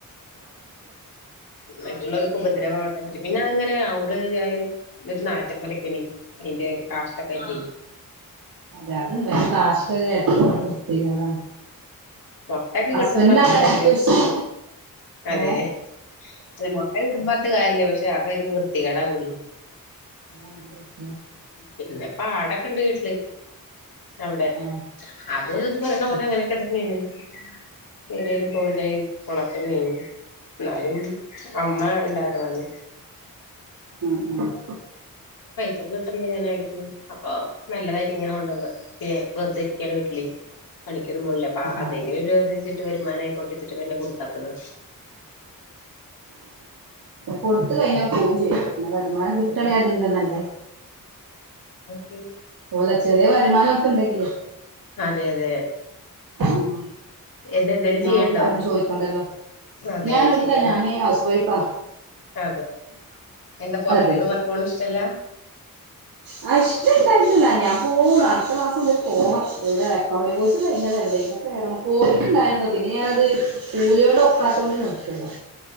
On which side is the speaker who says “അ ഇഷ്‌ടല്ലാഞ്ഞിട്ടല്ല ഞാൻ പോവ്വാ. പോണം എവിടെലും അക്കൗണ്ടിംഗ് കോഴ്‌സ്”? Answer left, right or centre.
Right